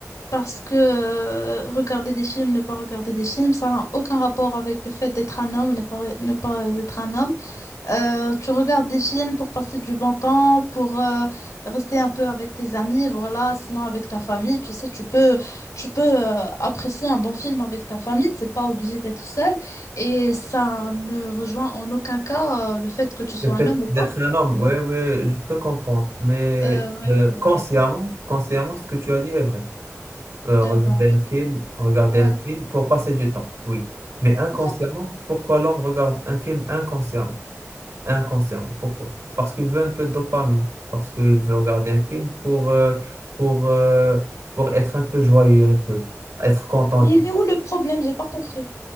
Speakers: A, on the left; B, on the right.
A: parce que euh, regarder des films, ne pas regarder des films, ça n'a aucun rapport avec le fait d'être un homme, ne pas, ne pas être un homme. Euh, tu regardes des films pour passer du bon temps, pour euh, rester un peu avec tes amis, voilà. Sinon, avec ta famille, tu sais, tu peux, tu peux euh, apprécier un bon film avec ta famille. T'es pas obligé d'être seul. Et ça ne rejoint en aucun cas euh, le fait que tu sois
B: le fait
A: un homme ou pas.
B: d'être un homme,
A: Euh,
B: oui, oui, je peux comprendre. Mais
A: euh, ouais,
B: euh,
A: ouais,
B: consciemment, consciemment, ce que tu as dit est vrai. Euh,
A: je-
B: regarder
A: euh, ben,
B: un film, regarder
A: ouais,
B: un film pour passer du temps, oui. Mais inconsciemment,
A: exact.
B: pourquoi l'homme regarde un film inconsciemment? Inconsciemment. Pourquoi? Parce qu'il veut un peu de dopamine, parce qu'il veut regarder un film pour, euh, pour, euh, pour être un peu joyeux, un peu, être content
A: Mais
B: un peu.
A: il est où le problème? J'ai pas compris.